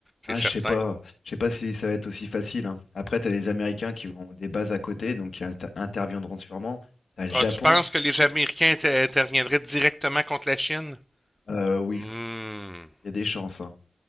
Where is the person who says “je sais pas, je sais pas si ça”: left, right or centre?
Left